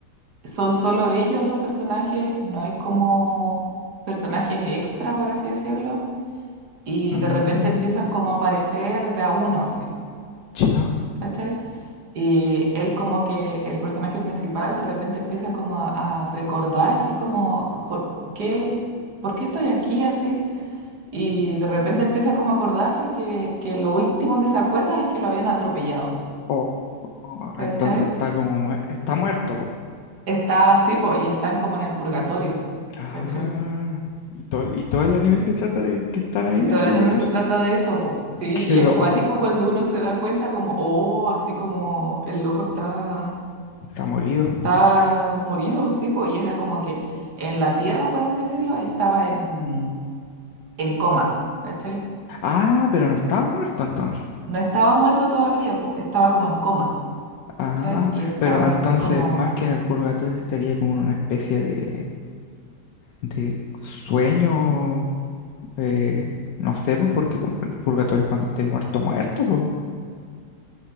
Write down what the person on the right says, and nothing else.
son solo ellos los personajes, no hay como personajes extra, por así decirlo, y
de repente empiezan como a aparecer de a uno, así,
¿cachai? Y él como que, el personaje principal de repente empieza como a, a recordar así como, co- ¿por qué, él- por qué estoy aquí así? Y de repente empieza como a acordarse que, que lo último que se acuerda es que lo habían atropellado,
¿cachai?
Está así, pues, y están como en el purgatorio,
¿cachai?
Y
todo
el
anime se trata
de eso, po, ¿sí?
Y
es cuático cuando uno se da cuenta como, oh, así como el loco está,
está morido, ¿sí? Po? Y era como que en la tierra, por así decirlo, estaba en, en coma, ¿cachai?
No estaba muerto todavía, po, estaba como en coma,
¿cachai? Y estaban
así como